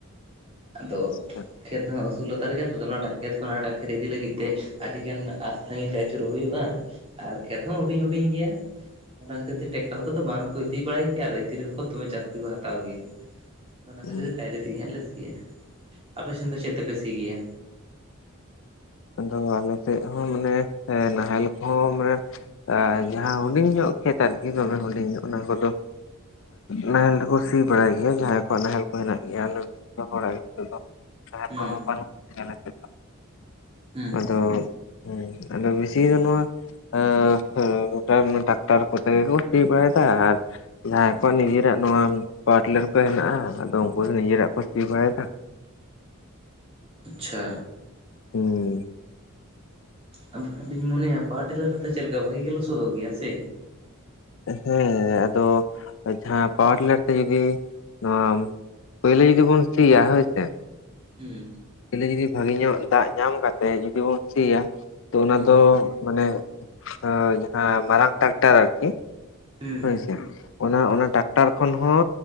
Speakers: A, on the right; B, on the left.
A: ᱟᱫᱚ
B: ᱟᱪᱪᱷᱟ
A: ᱠᱷᱮᱛ ᱦᱚᱸ ᱥᱳᱞ ᱞᱛᱟᱨ ᱜᱮᱭᱟ ᱛᱚ ᱱᱚᱣᱟ ᱴᱟᱜ ᱠᱷᱮᱛ ᱠᱷᱚᱱ ᱦᱟᱱᱟᱴᱟᱜ ᱠᱷᱮᱛ ᱤᱫᱤ ᱞᱟᱹᱜᱤᱫ ᱛᱮ ᱟᱹᱰᱤ ᱜᱟᱱ ᱟᱥ ᱥᱟᱺᱜᱤᱧ ᱛᱮ ᱟᱹᱪᱩᱨᱚᱜ ᱦᱩᱭᱩᱜᱼᱟ᱾ ᱟᱨ ᱠᱷᱮᱛ ᱦᱚᱸ ᱦᱩᱰᱤᱧ ᱦᱩᱰᱤᱧ ᱜᱮᱭᱟ ᱚᱱᱟ ᱠᱷᱟᱹᱛᱤᱨ ᱛᱮ ᱴᱮᱠᱴᱟᱨ ᱠᱚᱫᱚ ᱵᱟᱝ ᱤᱫᱤ ᱵᱟᱲᱟᱭ ᱜᱮᱭᱟ ᱟᱨ ᱤᱫᱤ ᱨᱮᱦᱚᱸ ᱠᱚ ᱫᱚᱢᱮ ᱡᱟᱹᱥᱛᱤ ᱠᱚ ᱦᱟᱛᱟᱣ ᱜᱮᱭᱟ᱾ ᱟᱫᱚ ᱚᱱᱟ
B: ᱦᱩᱸ᱾
A: ᱠᱷᱟᱹᱛᱤᱨ ᱛᱮ ᱰᱟᱭᱨᱤ ᱛᱮᱜᱮ ᱦᱟᱸᱜ ᱞᱮ ᱥᱤᱭᱟ, ᱟᱯᱮ ᱥᱮᱱ ᱫᱚ ᱪᱮᱫ ᱛᱮᱯᱮ ᱥᱤ ᱜᱮᱭᱟ?
B: ᱟᱫᱚ ᱟᱞᱮ ᱥᱮᱫ ᱦᱚᱸ ᱢᱟᱱᱮ ᱮᱸ ᱱᱟᱦᱮᱞ ᱠᱚᱦᱚᱸ ᱢᱟᱱᱮ ᱟᱨ ᱡᱟᱦᱟᱸ ᱦᱩᱰᱤᱧ ᱧᱚᱜ ᱠᱷᱮᱛ ᱟᱨᱠᱤ ᱫᱚᱢᱮ ᱦᱩᱰᱤᱧ ᱚᱱᱟ ᱠᱚᱫᱚ ᱱᱟᱦᱮᱞ ᱛᱮᱠᱚ ᱥᱤ ᱵᱟᱲᱟᱭ ᱜᱮᱭᱟ ᱡᱟᱦᱟᱸᱭ ᱠᱚᱣᱟᱜ ᱱᱟᱦᱮᱞ ᱠᱚ ᱦᱮᱱᱟᱜ ᱜᱮᱭᱟ᱾ ᱡᱚᱛᱚ ᱯᱟᱲᱟ ᱜᱮ ᱱᱤᱛᱚᱜ ᱫᱚ ᱱᱟᱦᱮᱞ
A: ᱦᱩᱸ
B: ᱠᱚᱦᱚᱸ ᱵᱟᱱᱩᱜ ᱟᱞᱮ ᱥᱮᱫ ᱫᱚ᱾
A: ᱦᱩᱸ
B: ᱟᱫᱚ ᱦᱩᱸ ᱟᱫᱚ ᱵᱮᱥᱤ ᱫᱚ ᱱᱚᱣᱟ, ᱮᱸᱻ ᱜᱚᱴᱟ ᱚᱱᱟ ᱴᱟᱠᱴᱟᱨ ᱠᱚᱛᱮ ᱜᱮᱠᱚ ᱥᱤ ᱵᱟᱲᱟᱭᱮᱫᱟ ᱟᱨ ᱡᱟᱦᱟᱸᱭ ᱠᱚᱣᱟᱜ ᱱᱤᱡᱮᱨᱟ ᱱᱚᱣᱟ ᱯᱟᱣᱟᱨᱴᱤᱞᱟᱨ ᱠᱚ ᱦᱮᱱᱟᱜᱼᱟ, ᱟᱫᱚ ᱩᱱᱠᱩ ᱫᱚ ᱱᱤᱡᱮᱨᱟᱜ ᱠᱚ ᱥᱤ ᱵᱟᱲᱟᱭᱮᱫᱟ᱾
A: ᱟᱪᱪᱷᱟ᱾
B: ᱦᱩᱸ ᱾
A: ᱟᱫᱚᱜ ᱦᱟᱸᱜ ᱞᱤᱧ ᱢᱚᱱᱮᱭᱟ ᱯᱟᱣᱟᱨ ᱴᱤᱞᱟᱹᱨ ᱠᱚᱛᱮ ᱪᱮᱞᱠᱟ ᱵᱷᱟᱜᱤ ᱜᱮ ᱞᱚᱥᱚᱫᱚᱜ ᱜᱮᱭᱟ ᱥᱮ?
B: ᱦᱮᱸ ᱟᱫᱚ ᱡᱟᱦᱟᱸ ᱯᱟᱣᱟᱨᱴᱤᱞᱟᱨ ᱛᱮ ᱡᱩᱫᱤ ᱱᱚᱣᱟ ᱯᱳᱭᱞᱳ ᱡᱩᱫᱤ ᱵᱚᱱ ᱥᱤᱭᱟ ᱦᱳᱭ ᱥᱮ,
A: ᱦᱩᱸ
B: ᱯᱩᱭᱞᱩ ᱡᱩᱫᱤ ᱵᱷᱟᱜᱤ ᱧᱚᱜ ᱫᱟᱜ ᱧᱟᱢ ᱠᱟᱛᱮᱜ ᱡᱩᱫᱤ ᱵᱚᱱ ᱥᱤᱭᱟ ᱛᱚ ᱚᱱᱟ
A: ᱦᱩᱸ
B: ᱫᱚ ᱢᱟᱱᱮ ᱟᱸ ᱡᱟᱦᱟᱸ ᱢᱟᱨᱟᱝ ᱴᱨᱟᱠᱴᱟᱨ ᱟᱨᱠᱤ
A: ᱦᱩᱸ
B: ᱦᱳᱭᱥᱮ, ᱚᱱᱟ ᱚᱱᱟ ᱴᱟᱠᱴᱟᱨ ᱠᱷᱚᱱ ᱦᱚᱸ